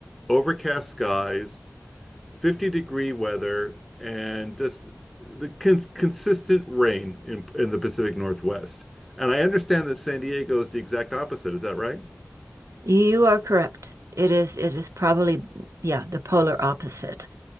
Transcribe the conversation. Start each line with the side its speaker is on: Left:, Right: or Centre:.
Centre: overcast skies, 50 degree weather, and just the con consistent rain in in the Pacific Northwest. And I understand that San Diego is the exact opposite. Is that right?
Right: You are correct. It is it is probably yeah, the polar opposite.